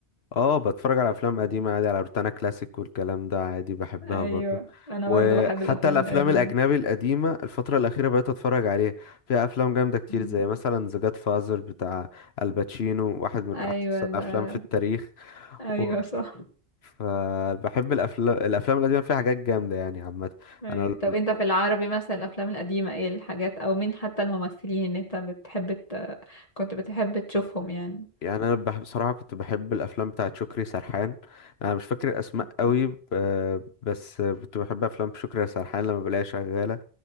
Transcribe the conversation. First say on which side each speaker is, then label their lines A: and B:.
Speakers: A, on the left (about 75°); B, on the left (about 35°).
A: اه بتفرج على افلام قديمه عادي على روتانا كلاسيك والكلام ده عادي بحبها
B: ايوه
A: برضو
B: انا
A: وحتى
B: برضو بحب الافلام
A: الافلام
B: القديمة
A: الاجنبي القديمه الفتره الاخيره بقيت اتفرج عليها فيها افلام جامده كتير
B: مم.
A: زي مثلا ذا جاد فازر بتاع الباتشينو واحد من
B: ايوه
A: احسن الافلام
B: ده
A: في التاريخ
B: ايوه
A: و...
B: صح
A: فبحب الافلام الافلام القديمه فيها حاجات جامده يعني عامه
B: أيوة.
A: انا
B: طب انت في العربي مثلا الافلام القديمة ايه الحاجات او مين حتى الممثلين اللي انت بتحب ت... كنت بتحب تشوفهم يعني
A: يعني انا بح- بصراحه كنت بحب الافلام بتاعه شكري سرحان انا مش فاكر الاسماء
B: مم.
A: قوي ب- آه، بس كنت بحب افلام شكري سرحان لما بلاقيها شغاله